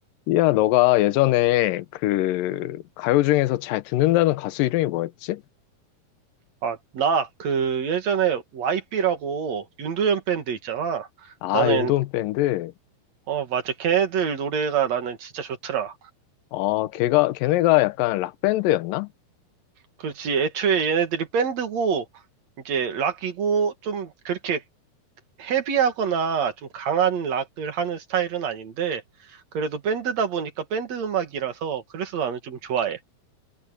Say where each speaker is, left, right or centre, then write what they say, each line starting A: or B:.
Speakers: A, on the left (about 70°); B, on the right (about 50°).
A: 삐야, 너가 예전에 그 가요 중에서 잘 듣는다는 가수 이름이 뭐였지?
B: 아, 나, 그, 예전에 YB라고 윤도현 밴드 있잖아.
A: 아,
B: 나는,
A: 윤도은 밴드.
B: 어, 맞아. 걔네들 노래가 나는 진짜 좋더라.
A: 어, 걔가, 걔네가 약간 락밴드였나?
B: 그렇지. 애초에 얘네들이 밴드고, 이제 락이고, 좀 그렇게 헤비하거나 좀 강한 락을 하는 스타일은 아닌데, 그래도 밴드다 보니까 밴드 음악이라서, 그래서 나는 좀 좋아해.